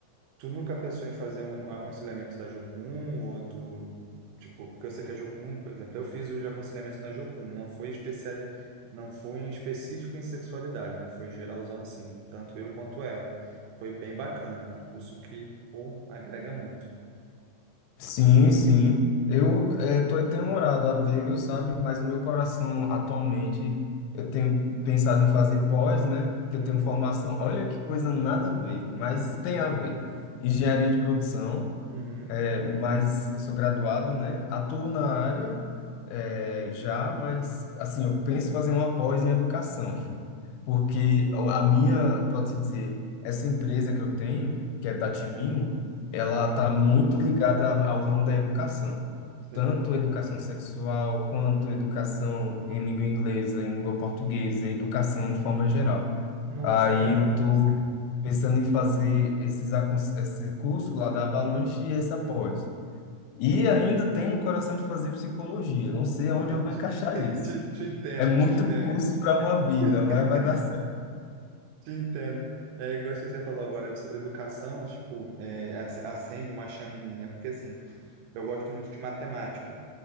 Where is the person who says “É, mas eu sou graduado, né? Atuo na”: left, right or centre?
Left